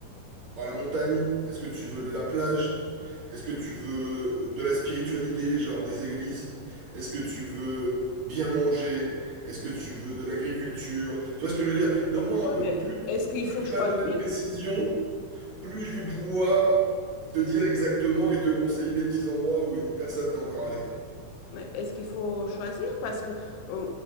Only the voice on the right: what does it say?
à la montagne? Est-ce que tu veux de la plage? Est-ce que tu veux de la spiritualité, genre des églises? Est-ce que tu veux bien manger? Est-ce que tu veux de l'agriculture? Tu vois ce que je veux dire? Donne-moi
un peu.
Plus,
plus
tu
vas me donner de précision, plus je vais pouvoir te dire exactement et te conseiller des petits endroits où, où personne n'est encore allé.